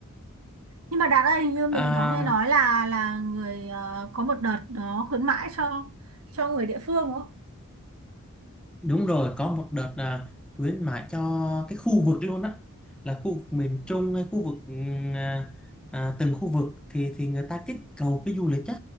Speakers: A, on the right; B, in the centre.
A: nhưng mà Đạt ơi hình như mình
B: À,
A: có nghe nói là là người ờ, có một đợt nó khuyến mãi cho cho người địa phương đúng không
B: Đúng rồi, có một đợt là khuyến mãi cho cái khu vực luôn á là khu vực miền Trung hay khu vực ừm, à, à, từng khu vực thì thì người ta kích cầu cái du lịch á